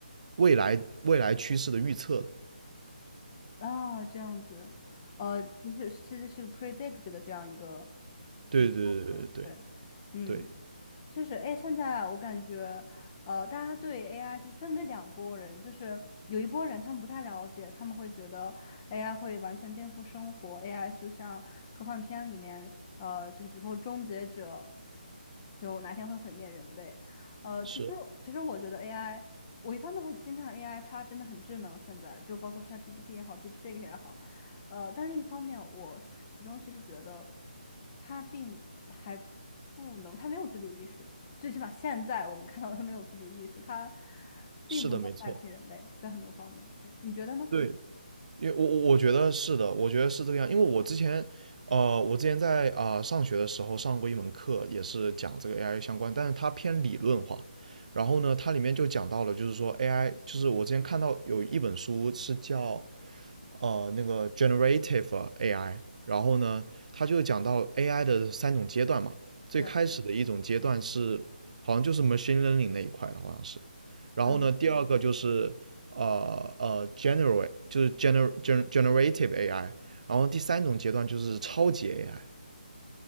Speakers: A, on the right (about 50°); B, on the left (about 25°).
A: 未来未来趋势的预测的
B: 啊，这样子，呃，不是，其实是 predict 的这样一个
A: 对对对对对对
B: 一个，对，嗯。
A: 对，
B: 就是哎，现在我感觉，呃，大家对 AI 就分为两拨人，就是有一拨人他们不太了解，他们会觉得 AI 会完全颠覆生活，AI 就像科幻片里面，呃，就是比如说终结者，就哪天会毁灭人类。呃，
A: 是
B: 其实其实我觉得 AI，我一方面会惊叹 AI 它真的很智能，现在就包括 ChatGPT 也好，DeepSeek 也好，呃，但另一方面，我始终其实觉得它并还。不能，他没有自主意识，最起码现在我们看到他没有自主意识，他并不能代替人类在很多方面。
A: 是的，没错。
B: 对，你觉得呢？
A: 对。因为我我我觉得是的，我觉得是这个样，因为我之前，呃，我之前在啊、呃上学的时候上过一门课，也是讲这个 AI 相关，但是它偏理论化。然后呢，它里面就讲到了，就是说 AI，就是我之前看到有一本书是叫呃那个 generative AI，然后呢，它就讲到 AI 的三种阶段嘛，最开始的一种阶段是好像就是
B: 对，
A: machine learning 那一块的，好像是。然后呢，
B: 嗯，
A: 第二个就是呃呃 generate 就是 gener gener- generative AI，然后第三种阶段就是超级 AI。